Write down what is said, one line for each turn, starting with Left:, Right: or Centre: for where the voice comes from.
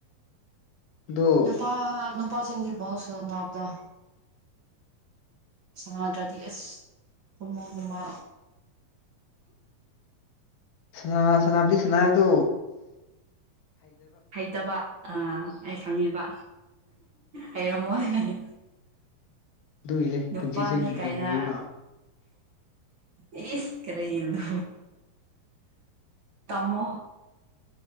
Left: ꯑꯗꯣ
Right: ꯅꯨꯄꯥ ꯅꯨꯄꯥꯁꯤꯡꯒꯤ ꯣ ꯁꯅꯞꯗ ꯁꯅꯥꯗ꯭ꯔꯗꯤ ꯑꯁ ꯍꯃ ꯑꯗꯨꯃ
Left: ꯁꯅ ꯁꯅꯥꯞꯄꯤ ꯁꯅꯥ ꯇ
Right: ꯍꯩꯇꯕ ꯑ ꯑꯩ ꯈꯪꯉꯦꯕ ꯍꯩꯔꯝꯃꯣ ꯍꯥꯏꯅꯅꯤ
Left: ꯑꯗꯨꯒꯤꯅꯦ
Right: ꯅꯨꯄꯥꯅꯦ
Left: ꯄꯨꯟꯁꯤꯁꯦ
Right: ꯀꯥꯏꯅ
Left: ꯂꯨꯏꯌꯦꯕ
Right: ꯏ ꯏꯁ ꯀꯔꯤꯦꯗꯨ ꯇꯃꯣ